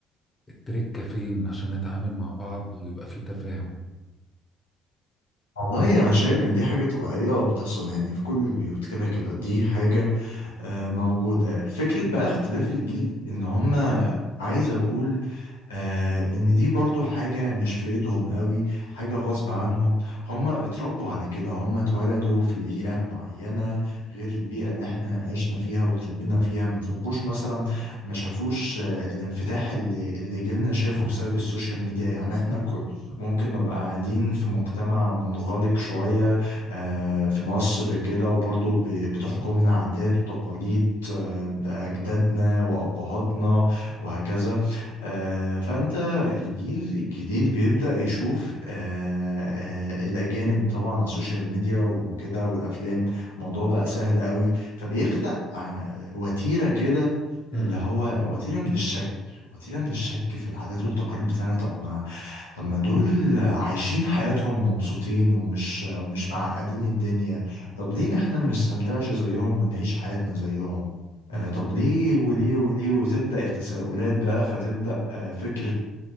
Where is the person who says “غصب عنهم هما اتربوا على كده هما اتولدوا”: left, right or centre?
Left